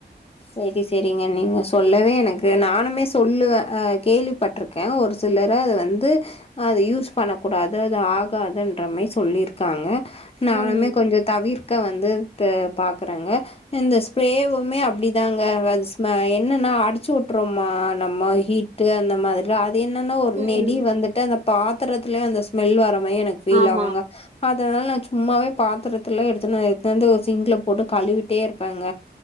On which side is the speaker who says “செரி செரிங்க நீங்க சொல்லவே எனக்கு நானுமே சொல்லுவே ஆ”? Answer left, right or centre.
Left